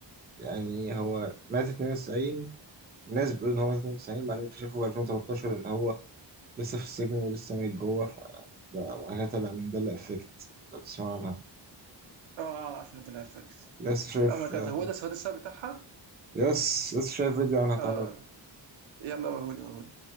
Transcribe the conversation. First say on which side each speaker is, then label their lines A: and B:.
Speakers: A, on the right (about 20°); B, on the right (about 85°).
A: يعني هو مات 92 الناس بتقول ان هو مات 92 بعدين اكتشفوا في 2013 ان هو لسه في السجن ولسه ميت جوه ف ده بعد كده طلع مانديلا افكت لو تسمع عنها
B: اه 2013 فاكت
A: لسه شايف
B: او ماي جاد
A: آه،
B: هو ده هو ده السبب بتاعها
A: يس لسه شايف فيديو عنها طالع
B: اه يلا وهولي وهولي